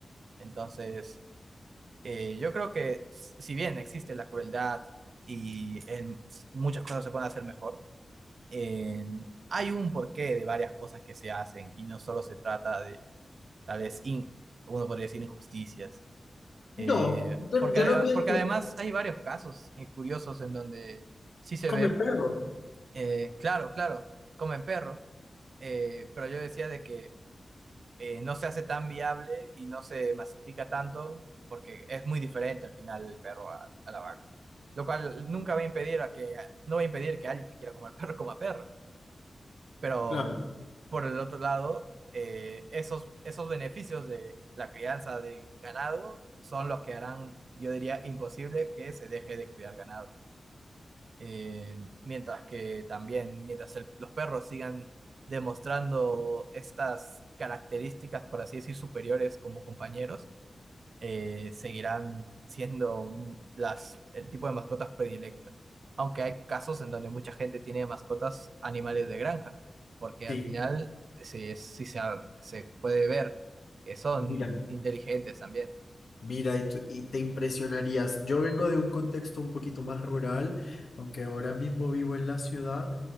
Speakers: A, on the right; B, on the left.
A: Entonces, eh, yo creo que s- si bien existe la crueldad y en s- muchas cosas se pueden hacer mejor, en- hay un porqué de varias cosas que se hacen y no solo se trata de tal vez, in- uno podría decir, injusticias. Eh,
B: No, yo,
A: porque,
B: yo
A: ade-
B: no pienso,
A: porque además hay varios casos eh, curiosos en donde sí se
B: come
A: ve,
B: el perro,
A: eh, claro, claro, comen perro, eh, pero yo decía de que eh, no se hace tan viable y no se masifica tanto porque es muy diferente al final el perro a, a la vaca, lo cual nunca va a impedir a que, no va a impedir que alguien que quiera comer <laughs> perro coma perro, pero
B: claro,
A: por el otro lado, eh, esos, esos beneficios de la crianza de ganado son los que harán, yo diría, imposible que se deje de criar ganado. Eh, mientras que también, mientras el- los perros sigan demostrando estas características, por así decir, superiores como compañeros, eh, seguirán siendo las, el tipo de mascotas predilectas. Aunque hay casos en donde mucha gente tiene mascotas animales de granja, porque
B: sí,
A: al final sí, sí se, ha- se puede ver que son
B: mira.
A: inteligentes también.
B: Mira, y, tú- y te impresionarías. Yo vengo de un contexto un poquito más rural, aunque ahora mismo vivo en la ciudad,